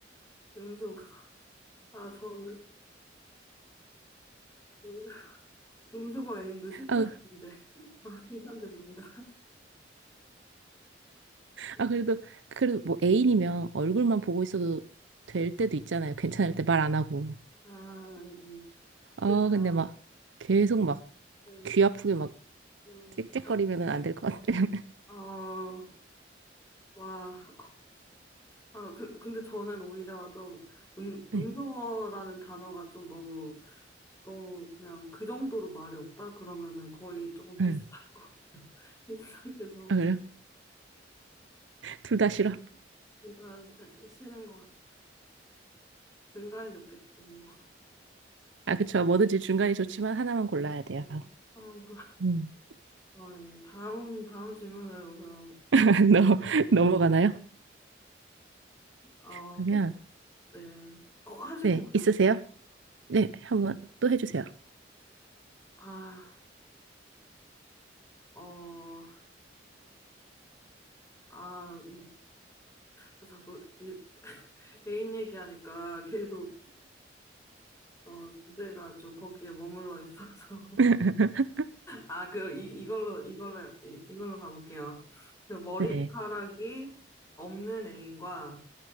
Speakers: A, on the left; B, on the right.
A: 음소거. 아, 저는 음소, 음소거 애인도 쉽지
B: 아,
A: 않은데. <laughs> 아, 칭찬드립니다. 음.
B: 아 그래도 그래도 뭐 애인이면 얼굴만 보고 있어도 될 때도 있잖아요. 괜찮을 때 말 안 하고.
A: 아, 음.
B: 아,
A: 그쵸.
B: 근데 막 계속 막
A: 음,
B: 귀 아프게 막
A: 음.
B: 짹짹거리면은
A: 아,
B: 안 될 것 같아요. <laughs>
A: 어, 와. 아, 그, 근데 저는 오히려 좀 음,
B: 네.
A: 음소거라는 단어가 좀 너무 너무 그냥 그 정도로 말이 없다? 그러면은 거의 조금 비슷할
B: 응.
A: 거, <laughs> 비슷하게 너무
B: 아, 그래요?
A: 싫다.
B: 둘 다 싫어.
A: 둘다 싫은 것 같아. 중간이 좋겠지, 뭐.
B: 아, 그쵸. 뭐든지 중간이 좋지만 하나만 골라야
A: 음,
B: 돼요.
A: 아, 그럼.
B: 음.
A: 아, 예. 다음, 다음 질문으로 그럼.
B: <laughs>
A: 음,
B: 넘-
A: 아,
B: 넘어가나요?
A: 아, 어,
B: 그러면,
A: 꽃, 네. 어, 하실
B: 네,
A: 건가요?
B: 있으세요? 네, 한 번 또 해주세요.
A: 아, 어, 아, 이, 그 자꾸 이, 개인 얘기하니까 계속, 어, 주제가 좀 거기에 머물러 있어서.
B: 네, <laughs>
A: 아, 그, 이, 이걸로, 이걸로, 이, 이걸로 가볼게요. 그 머리카락이
B: 네.
A: 없는 애인과